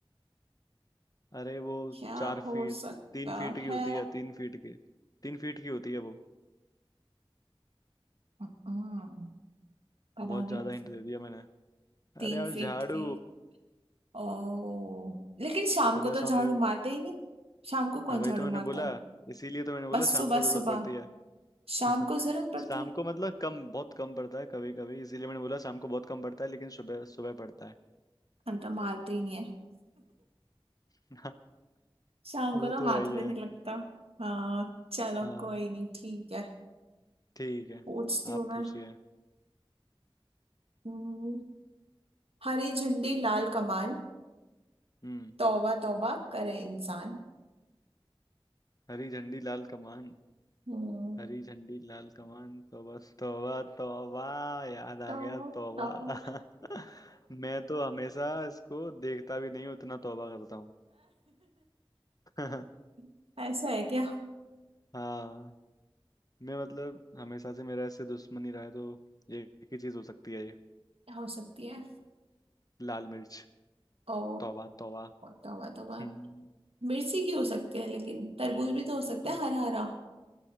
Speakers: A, on the left (about 40°); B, on the right (about 80°).
A: अरे
B: <laughs>
A: वो
B: क्या
A: चार
B: हो
A: फीट
B: सकता
A: तीन फीट की
B: है
A: होती है तीन फीट की तीन फीट की होती है वो
B: हम्म, पता
A: बहुत
B: नहीं
A: ज्यादा हिंट दे दिया मैंने
B: तीन
A: अरे यार
B: फीट
A: झाड़ू
B: की ओ लेकिन शाम
A: सुबह
B: को तो झाड़ू
A: शाम जरूरत
B: मारते ही नहीं शाम को
A: हाँ
B: कौन
A: वही
B: झाड़ू
A: तो मैंने
B: मारता
A: बोला
B: है
A: इसीलिए तो मैंने बोला
B: बस
A: शाम
B: सुबह
A: को जरूरत
B: सुबह
A: पड़ती है
B: शाम
A: <laughs>
B: को जरूरत पड़ती
A: शाम
B: है
A: को मतलब कम बहुत कम पड़ता है कभी कभी इसीलिए मैंने बोला शाम को बहुत कम पड़ता है लेकिन सुबह सुबह पड़ता है
B: हम तो मारते ही नहीं है
A: <laughs>
B: शाम
A: वो
B: को तो
A: तो
B: हाथ
A: है ही
B: में
A: है
B: नहीं लगता हाँ चलो
A: हाँ
B: कोई नहीं ठीक है
A: ठीक है
B: पूछती हूँ
A: आप
B: मैं
A: पूछिए
B: हम्म, हरी झंडी लाल कमान
A: हम्म
B: तौबा तौबा करे इंसान
A: हरी झंडी लाल कमान
B: हम्म,
A: हरी झंडी लाल कमान तौबा तौबा तौबा याद आ
B: तौबा
A: गया तौबा
B: तौबा
A: <laughs> मैं तो हमेशा इसको देखता भी नहीं हूँ, उतना तौबा करता हूँ <laughs>
B: <laughs> ऐसा है क्या
A: हाँ मैं मतलब हमेशा से मेरा ऐसे दुश्मनी रहा है तो ये एक ही चीज हो सकती है ये
B: हो सकती है
A: लाल मिर्च
B: ओ
A: तौबा तौबा
B: तौबा तौबा
A: हम्म
B: मिर्ची की हो सकते हैं लेकिन तरबूज भी तो हो सकता
A: हाँ
B: है हरा हरा